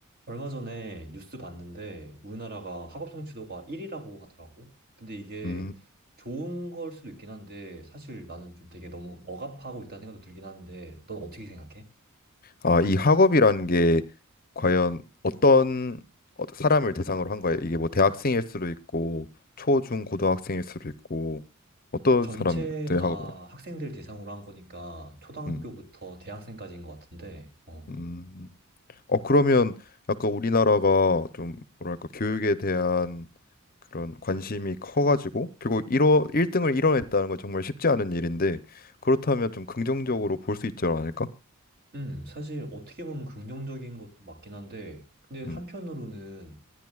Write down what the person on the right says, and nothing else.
얼마 전에 뉴스 봤는데 우리나라가 학업 성취도가 1위라고 하더라고. 근데 이게
좋은 걸 수도 있긴 한데 사실 나는 좀 되게 너무 억압하고 있다는 생각도 들긴 하는데 넌 어떻게 생각해?
전체
다
학생들 대상으로 한 거니까 초등학교부터
대학생까지인 것 같은데, 어.
음, 사실 어떻게 보면 긍정적인 것도 맞긴 한데, 근데 한편으로는